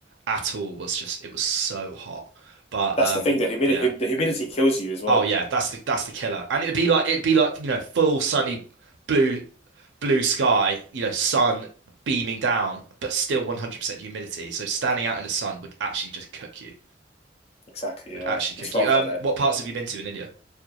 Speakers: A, on the right; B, on the left.
A: at all was just it was so hot but
B: that's
A: um
B: the thing. The humidity
A: yeah
B: the humidity kills you as well.
A: oh yeah that's the that's the killer and it'd be like it'd be like you know full sunny blue blue sky you know sun beaming down but still 100% humidity so standing out in the sun would actually just cook you
B: Exactly.
A: would
B: Uh,
A: actually cook
B: it's rough
A: you um
B: out there.
A: what parts have you been to in India